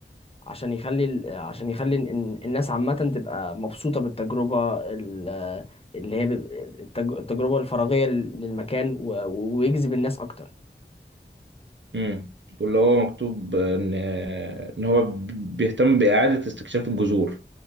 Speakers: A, on the left (about 30°); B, on the right (about 85°).
A: عشان يخلي ال- عشان يخلي إن- إن الناس عامة تبقى مبسوطة بالتجربة ال- اللي هي ب- التج- التجربة الفراغية للمكان و- ويجذب الناس اكتر
B: امم واللي هو مكتوب إن آه، إن هو بيهتم بإعادة استكشاف الجذور